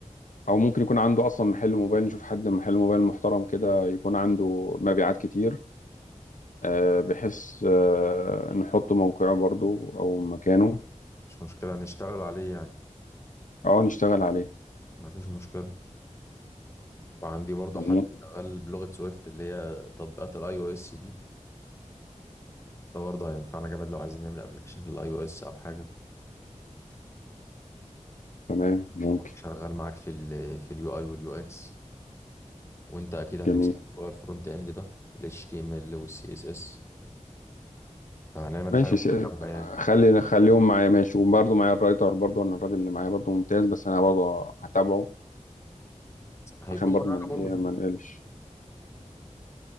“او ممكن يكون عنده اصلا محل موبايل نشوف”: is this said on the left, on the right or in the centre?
Left